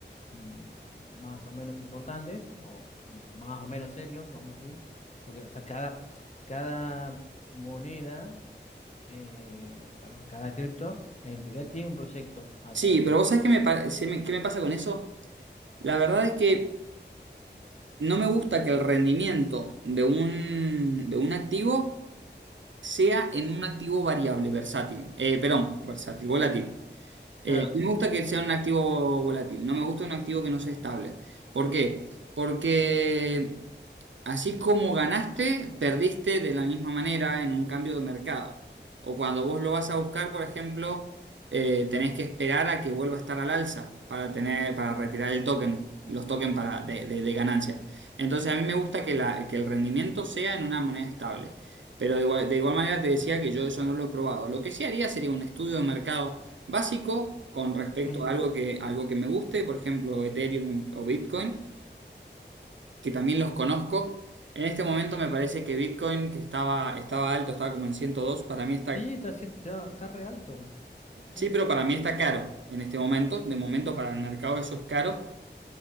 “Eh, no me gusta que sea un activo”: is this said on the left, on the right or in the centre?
Right